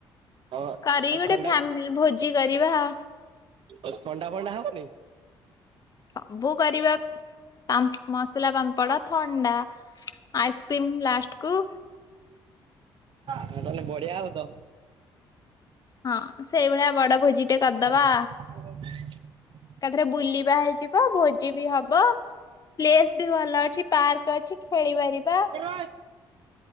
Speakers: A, on the right; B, on the left.
A: ହଁ
B: କରିକି
A: ଆଉ
B: ଗୋଟେ
A: ଥଣ୍ଡା
B: ଫ୍ୟାମିଲି ଭୋଜି କରିବା ଆ।
A: ଆଉ ଥଣ୍ଡା, ଫଣ୍ଡା ହବନି?
B: ସବୁ କରିବା <inaudible> ପାମ୍ ମସଲା ପାମ୍ପଡ। ଥଣ୍ଡା <inaudible> ଆଇସକ୍ରିମ ଲାଷ୍ଟ୍ କୁ
A: ତାହେଲେ ବଢିଆ ହବ ତୋ।
B: ହଁ ସେଇଭଳିଆ ବଡ ଭୋଜି
A: <unintelligible>
B: ଟେ କରିଦବା। ଏକାଥରେ ବୁଲିବା ହେଇଯିବ। ଭୋଜି ବି ହବ। <inaudible> ପ୍ଲେସ ବି ଭଲ ଅଛି। ପାର୍କ ଅଛି ଖେଳି ପାରିବା।
A: ମକରାଇ